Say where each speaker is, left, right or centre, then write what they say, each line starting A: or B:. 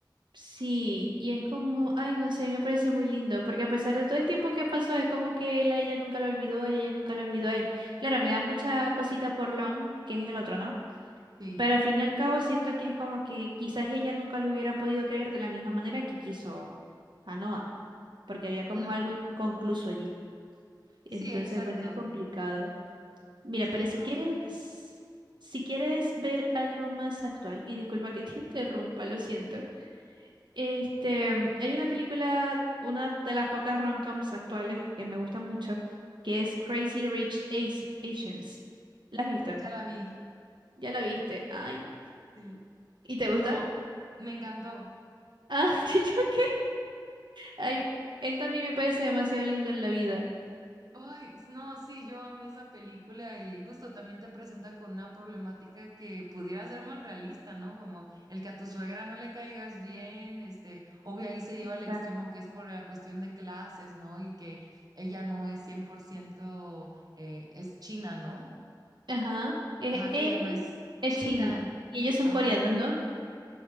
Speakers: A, on the right; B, on the right.
A: Sí, y es como, ay, no sé, me parece muy lindo, porque a pesar de todo el tiempo que pasó, es como que él a ella nunca lo olvidó y ella nunca lo olvidó a él. Claro, me da mucha cosita por Lon, que es el otro, ¿no?
B: Sí,
A: Pero al fin y al cabo siento que es como que quizás ella nunca lo hubiera podido querer de la misma manera que quiso a Noah, porque había como
B: no,
A: algo inconcluso allí. Entonces,
B: sí, exacto.
A: bueno, es complicado. Mira,
B: Sí,
A: pero
B: es
A: si
B: complejo.
A: quieres, si quieres ver algo más actual, y disculpa que te <laughs> interrumpa, lo siento. Este, mm, hay una película, una de las pocas rom-coms actuales que me gusta mucho, que es Crazy Rich Asi- Asians. ¿La has visto?
B: Ya la vi.
A: Ya la viste. Ay.
B: Sí.
A: ¿Y te
B: No,
A: gusta?
B: me encantó.
A: Ah, <laughs> ¿y yo qué? Ay, él también me parece demasiado lindo en la vida.
B: Ay, s- no, sí, yo amé esa película y justo también te presenta con una problemática que pudiera ser más realista, ¿no? Como el que a tu suegra no le caigas bien, este, obvio ahí se lleva
A: Exacto.
B: al extremo que es por la cuestión de clases, ¿no? Y que ella no es 100% eh, es china, ¿no?
A: Ajá. Es,
B: Ajá,
A: es,
B: que ella no es
A: es
B: china,
A: China. Y ellos son
B: ajá.
A: coreanos, ¿no?